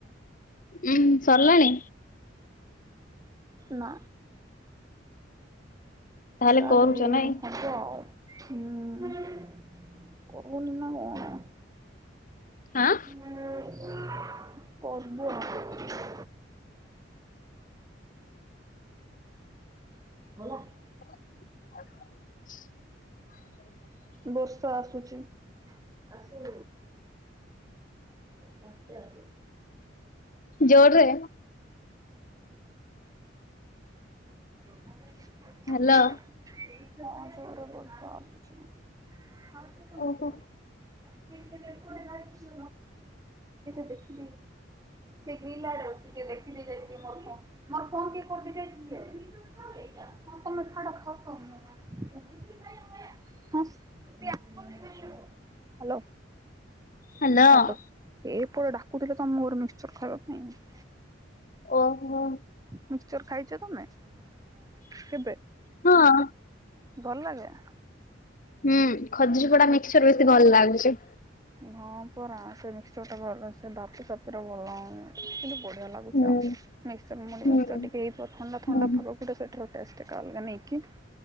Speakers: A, on the left; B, on the right.
A: ଉଁ ସରିଲାଣି?
B: ନା।
A: ତାହେଲେ
B: ଷ୍ଟାର୍ଟ
A: କରୁଛ
B: ହେଇନି
A: ନାଇଁ
B: ହ ହୁଁ। କରୁନି ନା କଣ?
A: ଆଁ।
B: <unintelligible> ଗଲା
A: <inaudible>
B: ବର୍ଷା ଆସୁଚି। ଆସୁ। ବାତ୍ୟା ଆସୁ।
A: ଜୋରରେ?
B: <unintelligible>
A: ହାଲୋ।
B: ହଁ ଜୋରେ ବର୍ଷା ଆସୁଚି। <unintelligible>
A: ଓହୋ
B: ସେ ଦେଖିଦେଇ ଯାଇଚି ଦେଇକି। ସେ ଗ୍ରୀଲ୍ ଆଡେ ଅଛି ଟିକେ ଦେଖିଦେଇ ଯାଇଚି ମୋର୍ ଫୋନ୍ ମୋର୍ ଫୋନ୍ ଟିକେ କରିଦେଇ ଯାଇଚି ହଁ ତମେ ଛାଡ଼ ଖାଉଥ। <unintelligible> <unintelligible> ହାଲୋ।
A: Hello
B: hello. ଏପଟେ ଡାକୁଥିଲେ ତ ମୋର ମିକ୍ସଚର ଖାଇବା ପାଇଁ।
A: ଓହୋ।
B: ମିକ୍ସଚର ଖାଇଚ ତମେ କେବେ?
A: ହଁ।
B: ଭଲ ଲାଗେ?
A: ହୁଁ। ଖଜୁରୀ ପଡା
B: କୋଉ
A: ମିକ୍ସଚର
B: ମିକ୍ସ
A: ବେଶୀ ଭଲ ଲାଗୁଚି।
B: ହଁ ପରା ସେ ମିକ୍ସଚର ଟା ଭଲ। ସେ ବାପି ପାଖରେ ଭଲ ଲାଗେ। କିନ୍ତୁ ବଢିଆ ଲାଗୁ
A: ହୁଁ
B: ଚି ଆଉ। ମିକ୍ସଚର ମୁଢ଼ି
A: ହୁଁ
B: ମିକ୍ସଚର ଟିକେ ହେଇ ପ ଥଣ୍ଡା
A: ହୁଁ
B: ଥଣ୍ଡା ପାଗକୁ ସେଇଟା ସେଇଥିର ଟେଷ୍ଟ ଟା ଅଲଗା ନାଇଁକି।